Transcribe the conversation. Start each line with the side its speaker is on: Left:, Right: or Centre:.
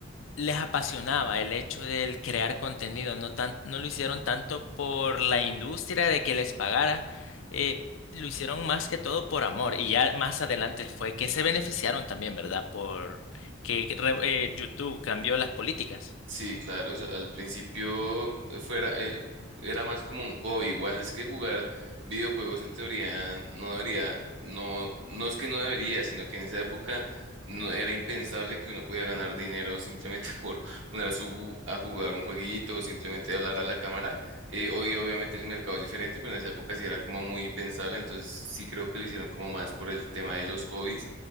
Left: les apasionaba el hecho del crear contenido, no tan, no lo hicieron tanto por la industria de que les pagara, eh, lo hicieron más que todo por amor y ya más adelante fue que se beneficiaron también, ¿verdad? Por que que re- eh, YouTube cambió las políticas.
Right: Sí, claro, eso al principio eh, fuera, el- era más como un hobby, igual es que jugar videojuegos en teoría no debería, no, no es que no debería, sino que en esa época no era impensable que uno pudiera ganar dinero simplemente <laughs> por poner a, su, a jugar un jueguito o simplemente hablar a la cámara. Eh, hoy obviamente el mercado es diferente, pero en esa época sí era como muy impensable, entonces sí creo que lo hicieron como más por el tema de los hobbies.